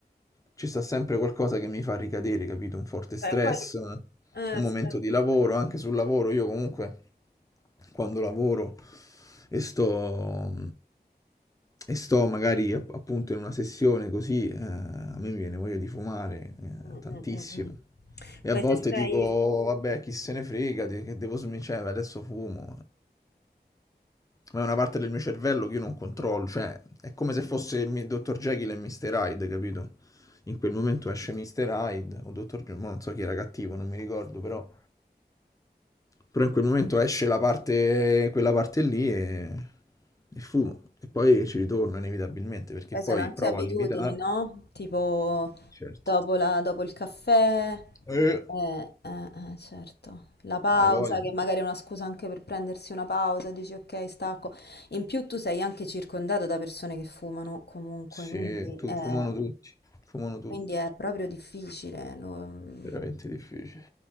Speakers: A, on the left; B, on the left.
A: ci sta sempre qualcosa che mi fa ricadere, capito? Un forte stress,
B: Beh, poi...
A: un
B: Eh,
A: momento
B: certo.
A: di lavoro, anche sul lavoro. Io comunque quando lavoro e sto, e sto magari app- appunto in una sessione così, eh, a me mi viene voglia di fumare,
B: Mm,
A: eh, tantissimo.
B: mm, mm, mm.
A: E
B: Poi
A: a volte
B: se sei...
A: dico, vabbè, chi se ne frega, de- che devo smettere, adesso fumo ma è una parte del mio cervello che io non controllo, cioè è come se fosse il mi- Dr. Jekyll e Mr. Hyde, capito? In quel momento esce Mr. Hyde o Dr. Jekyll, ma non so chi era cattivo, non mi ricordo, però però in quel momento esce la parte, quella parte lì e, e fumo
B: mm.
A: e poi ci ritorno inevitabilmente perché
B: Poi
A: poi
B: sono anche
A: provo
B: abitudini,
A: a limitarlo.
B: no? Tipo
A: Certo.
B: dopo, la- dopo il caffè,
A: Eh,
B: eh, eh, eh, certo, la pausa,
A: hai voglia?
B: che magari è una scusa anche per prendersi una pausa, dici ok, stacco. In più tu sei anche circondato da persone che fumano comunque,
A: Sì,
B: quindi
A: tu,
B: è,
A: fumano tutti, fumano tutti,
B: quindi è proprio difficile. lo-
A: veramente difficile.